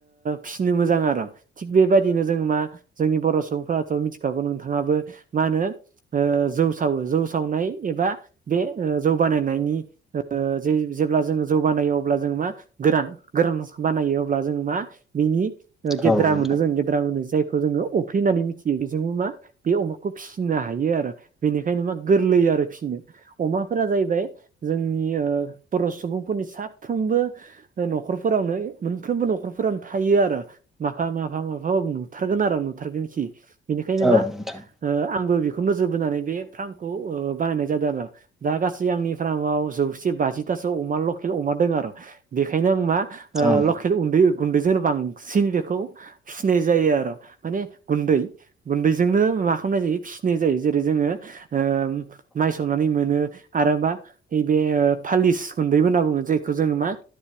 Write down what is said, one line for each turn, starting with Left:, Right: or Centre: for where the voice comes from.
Right: फिनो मोजां आरो थि बे बायदिनो जों मा जों बर'सुबुंफ्रा मिथि खागौ नोंथांआबो माहोनो ओ जै सा अ जौ सावनाय एबा बे ओ जौ बानायनायनि ओ जेब्ला जोङो जौ बानाय अब्ला जों मा गोरान गोरानस बानाय अब्ला जों मा बिनि गेद
Centre: औ नोंथां
Right: मोनो जों गेद्रा जायखौ जोङो अफ्रि होननानै मिथियो बेजों मा बे अमाखौ फिसिनो हायो आरो बेनिखायनो मा गोरलै आरो फिसिनो अमाफोरा जाहैबाय जोंनि ओ बर' सुबुंफोरनि साफ्रोम बो न'खरफोरावनो मोनफ्रोमबो न'खरफोरावनो थायो आरो माफा माफा मा औ नुथारगोन आरो नुथारगोनखि बेनिखायनो
Centre: औ
Right: मा
Centre: नोंथां
Right: ओ आंबो बेखौ नोजोर बोनानै बे फार्मखौ बानायनाय जादों आरो दा। गासै आंनि फार्माव जौसे बाजिथासो अमा लकेल अमा दों आरो बेनिखायनो आं मा ओ
Centre: औ
Right: लकेल उन्दै गुन्दैजोंनो बांसिन बेखौ फिसिनाय जायो आरो' माने गुन्दै गुन्दैजोंनो मा खालामनाय जायो फिसिनाय जायो जेरै' जोङो ओ माइ सौनानै मोनो आरो मा नैबे फालिस गुन्दै होनना बुङो। जायखौ जोङो मा